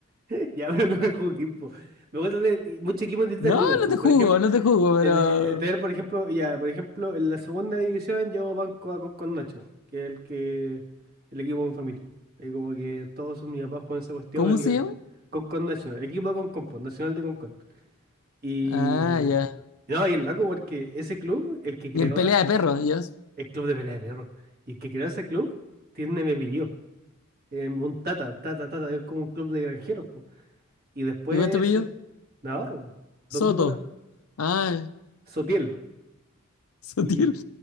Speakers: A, on the right; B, on the left.
A: <laughs> Ya, pero no es un equipo. Me gusta de muchos equipos de distintas
B: No,
A: ligas.
B: no
A: Pues,
B: te
A: por
B: jugo,
A: ejemplo,
B: no te jugo,
A: en-
B: pero...
A: eh, eh, tener, por ejemplo, ya, por ejemplo, en la segunda división yo banco a con Nacho, que es el que el equipo de mi familia. Ahí como que todos mis papás juegan esa cuestión
B: ¿Cómo se
A: y
B: llama?
A: Concon National, el equipo de Concon, pues, Nacional de Concon. Y
B: Ah, ya.
A: no, y el loco porque ese club, el que creó
B: Y en pelea
A: ese,
B: de perros, ya.
A: el club de pelea de perro. Y el que creó ese club tiene mi apellido. Eh, un tata, tata, tata, es como un club de granjeros, pues. Y después
B: ¿Y cuál es tu apellido?
A: eh, Navarro, po.
B: Soto.
A: ¿dónde iba Navarro?
B: Ah,
A: Sotiel.
B: <laughs> Sotil.
A: Y,